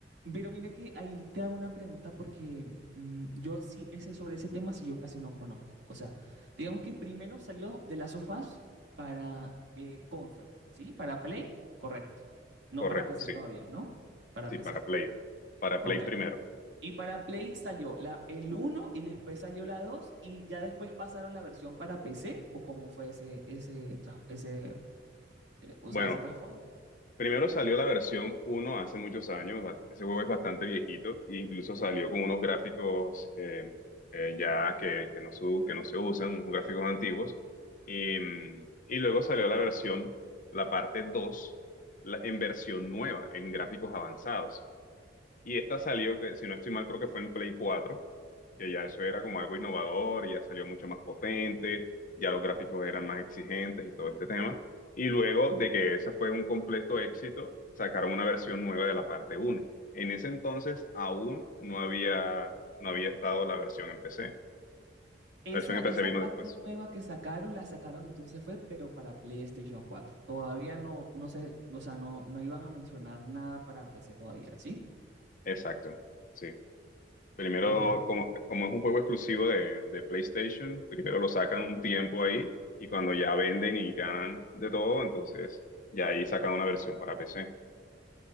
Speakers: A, on the right; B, on the left.
A: pero mira que ahí te hago una pregunta porque mm, yo sí, ese, sobre ese tema sí yo casi no conozco. O sea, digamos que primero salió de las sofás para eh, consola, ¿sí? Para Play, correcto. No
B: correcto,
A: para PC
B: sí,
A: todavía, ¿no? Para
B: sí,
A: PC.
B: para Play, para
A: Ok.
B: Play primero.
A: Y para Play salió la, el uno y después salió la 2 y ya después pasaron la versión para PC o cómo fue ese, ese, tras- ese, eh, o
B: Bueno,
A: sea, ese trasfondo.
B: Primero salió la versión uno hace muchos años, ba- ese juego es bastante viejito, e incluso salió con unos gráficos eh, eh, ya que, que no se, u- que no se usan, unos gráficos antiguos, y, mm, y luego salió la versión, la parte 2, la- en versión nueva, en gráficos avanzados. Y esta salió, que si no estoy mal, creo que fue en Play cuatro que ya eso era como algo innovador y ya salió mucho más potente, ya los gráficos eran más exigentes y todo este tema. Y luego de que esa fue un completo éxito, sacaron una versión nueva de la parte uno En ese entonces aún no había, no había estado la versión en PC.
A: Esa,
B: La versión en PC
A: esa
B: vino
A: parte
B: después.
A: nueva que sacaron, la sacaron entonces fue, pero para PlayStation cuatro Todavía no, no sé, o sea, no, no iban a mencionar nada para PC todavía, ¿sí?
B: Exacto. Sí. Primero,
A: Ok,
B: como, como es un juego exclusivo de, de PlayStation, primero lo sacan un tiempo ahí y cuando ya venden y ganan de todo, entonces ya ahí sacan una versión para PC.